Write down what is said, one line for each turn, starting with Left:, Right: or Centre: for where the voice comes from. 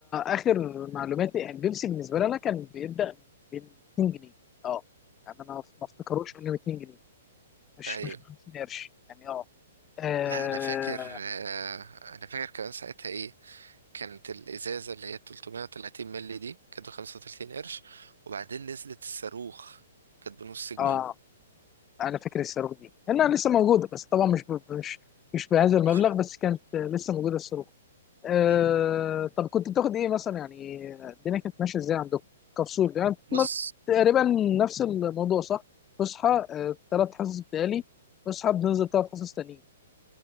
Left: اخر معلوماتي يعني بيبسي بالنسبه لي انا كان بيبدا من 200 جنيه اه يعني انا ما افتكروش انه 200 جنيه مش
Right: أيوه
Left: مش ب 50 قرش يعني اه اه
Right: لا أنا فاكر آه، أنا فاكر كمان ساعتها إيه كانت الإزازة اللي هي 330 مللي دي كانت ب 35 قرش وبعدين نزلت الصاروخ كانت بنص جنيه
Left: آه، انا فاكر الصاروخ دي انها لسه موجوده بس طبعا مش ب- مش مش بهذا المبلغ
Right: مش-
Left: بس كانت لسه موجوده الصاروخ آه
Right: مم.
Left: طب كنت بتاخد ايه مثلا يعني الدنيا كانت ماشيه ازاي عندكم كفصول يعني
Right: بص
Left: ما- تقريبا نفس الموضوع صح تصحى ثلاث حصص بتالي بصحى بننزل ثلاث حصص تانيين